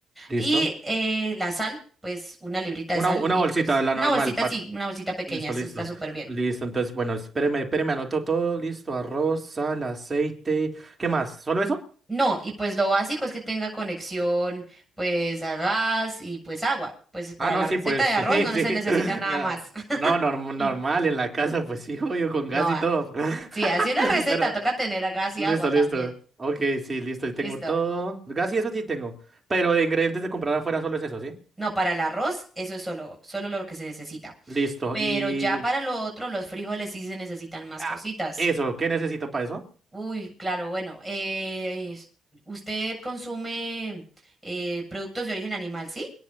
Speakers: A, on the right (about 20°); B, in the centre.
A: Listo.
B: Y eh, la sal, pues una librita
A: Una,
B: de sal
A: una
B: y
A: bolsita,
B: pues
A: la
B: una
A: normal,
B: bolsita,
A: Pat.
B: sí, una bolsita pequeña,
A: Listo,
B: eso
A: listo.
B: está súper bien.
A: Listo. Entonces, bueno, espéreme, espéreme, anoto todo. Listo. Arroz, sal, aceite. ¿Qué más? ¿Solo eso?
B: No, y pues lo básico es que tenga conexión pues a gas y pues agua. Pues para
A: Ah, no,
B: la receta
A: sí, pues
B: de
A: sí,
B: arroz no
A: <laughs> sí.
B: se necesita nada
A: Na-
B: más. <laughs>
A: No, norm- normal en la casa, pues sí, obvio, con gas
B: No, ah,
A: y todo. <laughs>
B: sí, así es la receta,
A: Pero,
B: toca tener a gas y
A: listo,
B: agua también.
A: listo. Ok, sí, listo. Y
B: Listo.
A: tengo todo. Gas y eso sí tengo. Pero de ingredientes de comprar afuera solo es eso, ¿sí?
B: No, para el arroz eso es solo, solo lo que se necesita.
A: Listo.
B: Pero
A: Y.
B: ya para lo otro, los frijoles sí se necesitan más
A: ah,
B: cositas.
A: eso, ¿qué necesito para eso?
B: Uy, claro, bueno, eh, es- ¿usted consume eh, productos de origen animal, sí?